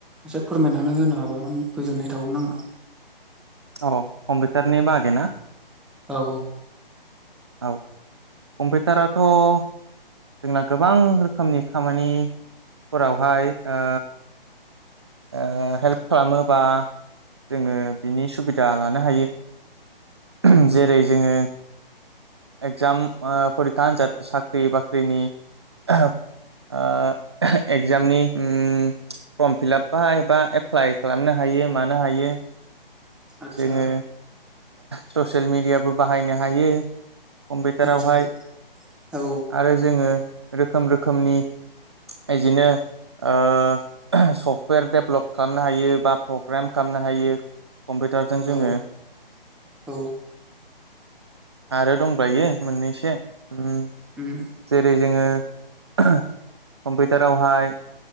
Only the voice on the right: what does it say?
अ कम्पिउटारनि बागैना?
औ कम्पिउटाराथ' जोंना गोबां रोखोमनि खामानिफोरावहाय ओ ओ हेल्प खालामो बा जोङो बिनि सुबिदा लानो हायो उह जेरै जोङो एगजाम ओ फरिखा आन्जाद साख्रि बाख्रिनि ओ ओम एगजामनि उम फर्म फिलाप बा एबा एप्लाइ खालामनो हायो मानो हायो
जोङो ससियेल मिडियाबो बाहायनो हायो कम्पिउटारावहाय
आरो जोङो रोखोम रोखोमनि इदिनो ओ सफ सुकुवेर डेभलप खालामनो हायो बा प्रग्रेम खालामनो हायो कम्पिउटारजों जोङो
आरो दंबायो मोननैसो ओम
जेरै जोङो ओह कम्पिउटारावहाय